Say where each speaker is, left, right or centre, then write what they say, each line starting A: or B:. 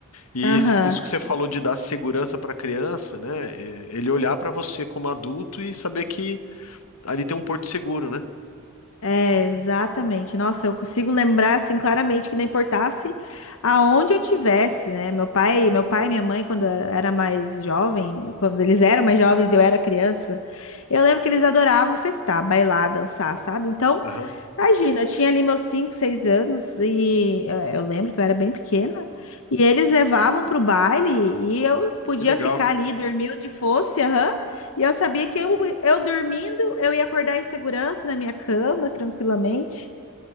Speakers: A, on the left; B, on the left.
A: E
B: Aham.
A: esse- isso que você falou de dar segurança para a criança, né? É, Ele olhar para você como adulto e saber que ali tem um porto seguro, né?
B: É, exatamente. Nossa, eu consigo lembrar assim claramente que não importasse aonde eu tivesse, né? Meu pai, meu pai e minha mãe, quando era mais jovem, quando eles eram mais jovens, e eu era criança, eu lembro que eles adoravam festar, bailar, dançar, sabe? Então,
A: Aham.
B: imagina, eu tinha ali meus 5, 6 anos e eh, eu lembro que eu era bem pequena, e eles levavam pro baile e eu podia
A: Que legal.
B: ficar ali, dormir onde fosse, aham. E eu sabia que eu, eu dormindo, eu ia acordar em segurança na minha cama, tranquilamente.